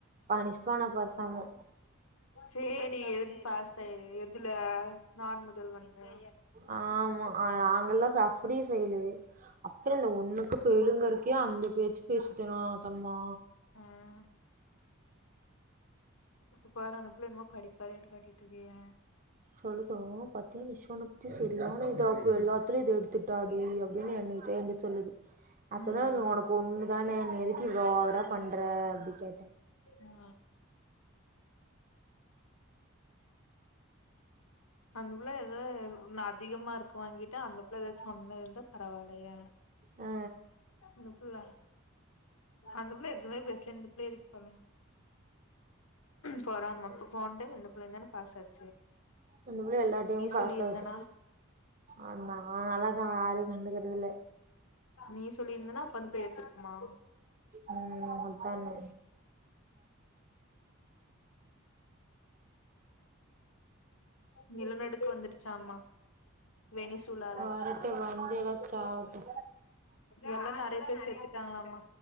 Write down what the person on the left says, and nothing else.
சேரி எழுதி பாஸ்சாயிரு எதுல நான் முதல்வன்ல
ம் இப்ப பாரு அந்தப்புள்ள என்னமோ படிப்பாளியாட்டோ காட்டிட்டு இருக்கு எயே
ம்
ஆ அந்த புள்ள ஏதா நா அதிக மார்க் வாங்கிட்ட அந்த புள்ள எதாச்சு கம்மியா இருந்த பரவால்லையே
அந்த புள்ள அந்த புள்ள எதுவுமே பேசல இந்த புள்ள எதுக்கு பண்ணனு பொறாம இப்ப போன டைம் இந்த புள்ளையு தானே பாஸ் ஆச்
சொல்லியிருந்தனா
நீ சொல்லி இருந்தனா படிப்ப ஏத்திருக்குமா
<inaudible> நிலநடுக்கோ வந்துடுச்சாமா வெனிசூலால
இங்க எல்லா நெறைய பேர் செத்துட்டாங்களாமா